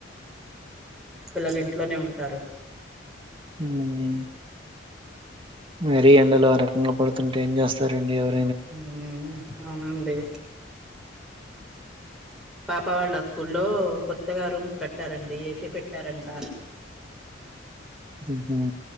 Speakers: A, in the centre; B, on the right.
A: పిల్లలు ఇంట్లోనే ఉంటారు
B: ఉమ్ మరీ ఎండలు ఆ రకంగా పడుతుంటే ఏం చేస్తారండి ఎవరు
A: ఉమ్ అవునండి అప్ప వాళ్ళ స్కూల్లో కొత్తగా రూమ్స్ కట్టారండి ఏసీ పెట్టారంట
B: ఉహూ